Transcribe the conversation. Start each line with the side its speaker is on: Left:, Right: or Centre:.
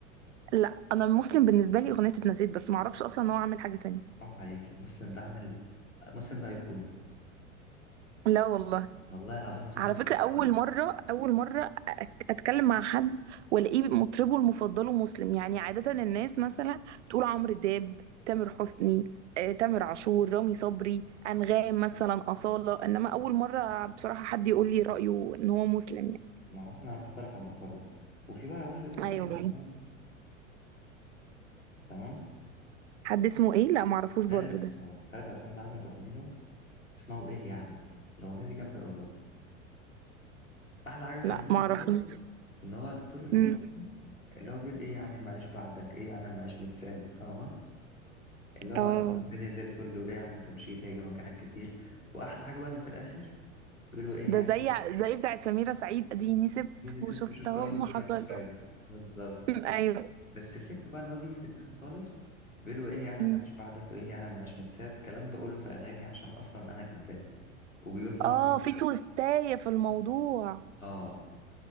Right: لا أنا المسلم بالنسبة لي أغنية اتنسيت بس ما أعرفش أصلا إن هو عامل حاجة تانية
Left: حرام عليكي مسلم ده عامل مسلم ده ايقونة
Right: لا والله
Left: والله العظيم مسلم
Right: على
Left: ده
Right: فكرة
Left: أيقونة.
Right: أول مرة أول مرة أك- أتكلم مع حد وألاقيه مطربه المفضله مسلم يعني عادة الناس مثلا تقول عمرو دياب تامر حسني آه، تامر عاشور رامي صبري أنغام مثلا أصالة إنما أول مرة بصراحة حد يقول لي رأيه إن هو مسلم يعني
Left: ما هو احنا هنختلف عن الاخرون وفي بقى واحد اسمه
Right: أيوه
Left: خالد عصام تمام
Right: حد اسمه إيه لا معرفوش برضو
Left: خالد
Right: ده
Left: عصام خالد عصام ده عامل اغنية اسمها وايه يعني الاغنية دي جامدة قوي برضه احلى حاجة في
Right: لا
Left: الاغنية
Right: معرفوش
Left: دي حلوه ان هو طول الاغنية
Right: مم.
Left: اللي هو بيقول ايه يعني ما اعيش بعدك ايه يعني ما اعيش متساب فاهمة اللي هو
Right: اه
Left: الدنيا زي الفل وايه يعني انت مشيت هيجي مكانك كتير واحلى حاجه بقى انه في الاخر بيقولوا ايه
Right: ده
Left: يعني
Right: زي زي بتاعت سميرة سعيد اديني سبت
Left: اديني ست
Right: وشفت
Left: وشفت
Right: اهو
Left: اهو
Right: ما
Left: ما حصلش
Right: حصل
Left: حاجه بالظبط
Right: <laughs> ايوه
Left: بس الفكره بقى ان هو بيجي في الاخر خالص بيقولوا ايه يعني
Right: مم.
Left: ما عايش بعدك وايه يعني ما عايش متساب كلام بقوله في اغاني عشان اصلا انا كذاب وبيقول بقى
Right: اه
Left: إن هو مش-
Right: في توستاية في الموضوع
Left: اه